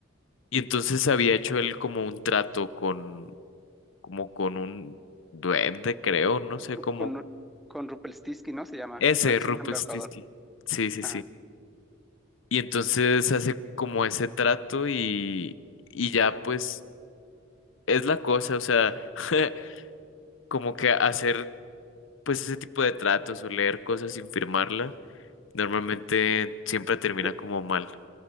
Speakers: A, on the left (about 65°); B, in the centre.
A: Y entonces había hecho él como un trato con, como con un duende, creo, no sé cómo.
B: Con, con Rumpelstiltskin, ¿no? Se llama,
A: Ese,
B: Era- es
A: Rupert
B: un embaucador.
A: Stisky. Sí, sí,
B: Ajá.
A: sí. Y entonces hace como ese trato y, y ya pues es la cosa, o sea, <laughs> como que hacer pues ese tipo de tratos o leer cosas sin firmarlas, normalmente siempre termina
B: Te-
A: como mal.